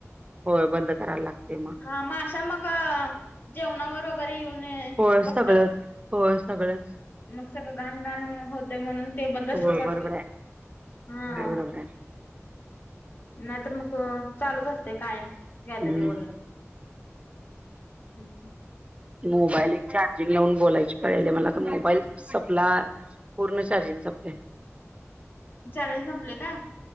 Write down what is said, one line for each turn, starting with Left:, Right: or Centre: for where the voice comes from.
Right: होय बंद करायला लागतंय मग.
Left: हा माशा मग, जेवणावर वगैरे येऊन
Right: होय
Left: बसतात,
Right: सगळंच होय सगळंच
Left: मग सगळं घानघान होतंय म्हणुन ते बंदच
Right: होय
Left: करतोय,
Right: बरोबर आहे
Left: हा.
Right: होय बरोबर आहे
Left: नाही तर मग, चालूच असतयं कायम गॅलरी
Right: हम्म
Left: वगैरे. <unintelligible>
Right: मोबाईल एक चार्जिंग लावून बोलायची पाळी आल्या मला आता मोबाईल सपला पूर्ण चार्जिंग सपलय.
Left: चार्जिंग संपलय काय?